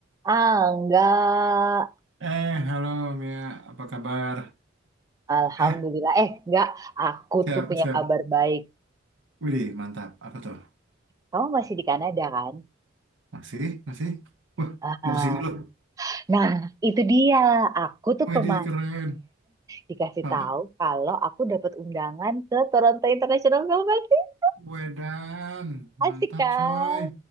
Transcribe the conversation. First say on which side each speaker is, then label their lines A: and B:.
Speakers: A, on the right; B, on the right.
A: Ah, enggak.
B: Eh, halo Mia, apa kabar?
A: Alhamdulillah.
B: <laughs>
A: Eh, enggak. Aku
B: Siap,
A: tuh punya
B: siap.
A: kabar baik.
B: Widih, mantap. Apa tuh?
A: Kamu masih di Kanada kan?
B: Masih, masih. Wah,
A: Ah,
B: mau kesini loh.
A: nah, itu dia. Aku tuh
B: Widih,
A: kemarin
B: keren.
A: dikasih
B: Hah?
A: tahu kalau aku dapat undangan ke Toronto International Film Festival.
B: Wedan,
A: Asik
B: mantap
A: kan?
B: coy.